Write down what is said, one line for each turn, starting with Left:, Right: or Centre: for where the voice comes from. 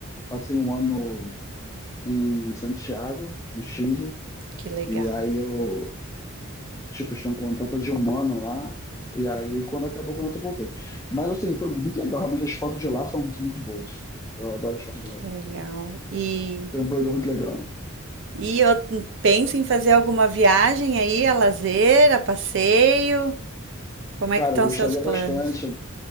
Left: Passei um ano em Santiago, no Chile,
Right: Que legal,
Left: e aí eu Tipo, tinha um contrato de um ano lá. E aí, quando acabou o contrato, eu voltei. Mas, assim, foi muito legal. Realmente, as fotos de lá são, são muito boas. Eu adoro as fotos de
Right: que
Left: lá.
Right: legal. E
Left: Foi um período muito legal.
Right: E eu pensa em fazer alguma viagem aí, a lazer, a passeio? Como é
Left: Cara,
Right: que estão
Left: eu gostaria
Right: seus planos?
Left: bastante,